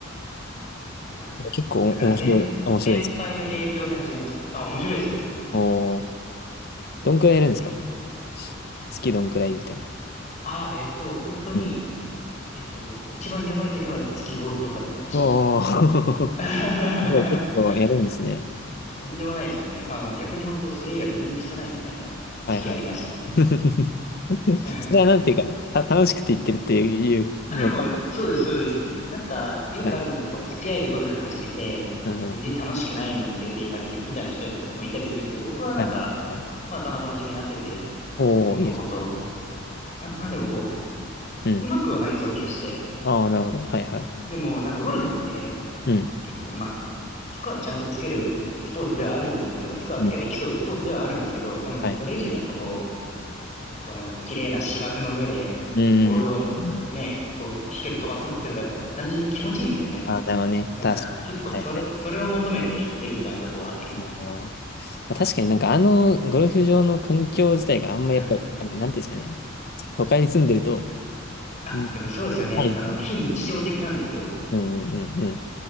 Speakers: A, on the left (about 35°); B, on the left (about 50°).
A: はい。
B: 結構お面白い、
A: だから先、
B: 面白いです。
A: 先輩の影響で始めました。あ、面白いですよ。
B: おー、どんくらいやるんですか
A: け、
B: し月どんくらいみたいな。
A: あ、えっと、本当に、
B: うん。
A: えっと、一番やばい時は月ごとかで言ってました。
B: おー、
A: <laughs>
B: <laughs> すごい結構やるんですね。
A: とんでもないですよね。あの、逆に本当それ以外何もしてないみたいな時期ありましたね。
B: はいはい。<laughs>
A: <laughs>
B: それはなんていうか、た、楽しくて言ってるっていうのか。
A: あ、でも、そうです、そうです。なんか、よくあるのが、
B: はい。
A: こう、付き合いでゴルフ始めて、
B: うん、
A: 全然楽しくないのに連れて行かれるみたいな人もいたりするんですけど、
B: うん
A: 僕はなんか、
B: はい。はい。
A: まあ、たまたま自分に合ってて、
B: おー、
A: 結構本当
B: いいです。
A: な、なんだろう、こ
B: うん。
A: う、うまくはないんですよ、決して。
B: ああ、なるほど。はいはい。
A: でも、なんかゴルフって、
B: うん。
A: 結構まあ、スコアちゃんとつけるスポーツではあるんですけど、スコアつけて競うスポーツではあるんですけど、
B: うん。
A: でもなんかそれ以上にやっぱこう、
B: はい。
A: こうなんか綺麗な芝生の上で、
B: うん。
A: ボールをね、
B: うん。うん
A: こう飛距離飛ばすっていうのがやっぱ単純に気持ちいいんですよね。
B: ああ、なるほどね。
A: なんか結構それ、
B: 確かに。はいはい。
A: それを求めていってるみたいなとこはあります。
B: おーまあ、確かになんかあのゴルフ場の環境自体があんまやっぱ、
A: はい。
B: なんかなんていうんですかね。都会に住んでると、
A: あ、
B: うん。
A: でもそうですよね。
B: ないですね。
A: あの、非日常的なんですよ。
B: うんうんうんうん。で